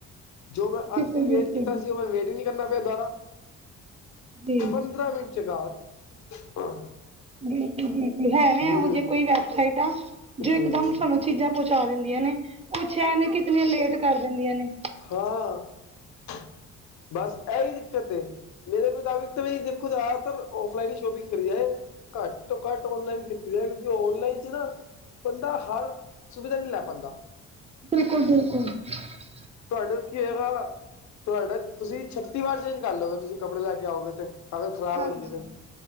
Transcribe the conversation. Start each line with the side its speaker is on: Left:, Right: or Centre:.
Left: ਜੋ ਮੈਂ,
Right: ਬਿਲਕੁਲ
Left: ਅੱਠ ਦਿਨ
Right: ਬਿਲਕੁਲ
Left: ਵੇਟ ਕੀਤਾ ਸੀ। ਉਹ ਮੈ ਵੇਟ ਹੀ ਨਹੀਂ ਕਰਨਾ ਪਿਆ ਦੁਬਾਰਾ,
Right: ਜੀ
Left: ਪੰਦਰਾਂ ਮਿੰਟ, ਚਗਾਾਰ ਹਾਂ <inaudible>
Right: ਬਿਲਕੁਲ -ਬਿਲਕੁਲ ਹੈ ਨੇ
Left: ਹੂੰ
Right: ਇਹੋ ਜਿਹੀ ਕੋਈ ਵੈਬਸਾਈਟਾ ਆ ਜੋ
Left: ਹੂੰ
Right: ਇੱਕ ਦਮ ਸਾਨੂੰ ਚੀਜ਼ਾਂ ਪਹੁੰਚਾ ਦਿੰਦੀਆਂ ਨੇ, ਕੁੱਛ ਹੈ ਨੇ ਕਿਤਨੀਆਂ ਲੇਟ ਕਰ ਦਿੰਦੀਆਂ ਨੇ
Left: ਹਾਂ ਬਸ, ਇਹ ਹੀ ਦਿੱਕਤ ਏ ਮੇਰੇ ਮੁਤਾਬਿਕ ਤਾਂ ਵੀ ਖੁਦ, ਔਫਲਾਈਨ ਹੀ ਸ਼ੋਪਿੰਗ ਕਰੀ ਜਾਏ। ਘੱਟ ਤੋਂ ਘੱਟ, ਔਨਲਾਈਨ ਕੀਤੀ ਜਾ ਕਿਉਂਕਿ, ਔਨਲਾਈਨ ਚ ਨਾ, ਬੰਦਾ ਹਰ ਸੁਵਿਧਾ, ਨਹੀਂ ਲੈ ਪਾਉਂਦਾ,
Right: ਬਿਲਕੁਲ- ਬਿਲਕੁਲ ਠੀਕ ਏ,
Left: ਤੁਹਾਡਾ ਕੀ ਹੋਏਗਾ, ਤੁਹਾਡਾ ਤੁਸੀਂ ਛੱਤੀ ਵਾਰ ਚੇਂਜ ਕਰ ਲਓਗੇ, ਤੁਸੀਂ ਕੱਪੜੇ ਲੈ ਕੇ ਆਓਗੇ ਤੇ ਅਗਰ ਖ਼ਰਾਬ
Right: ਹਾਂਜੀ
Left: ਹੋ ਗਈ ਤੇ,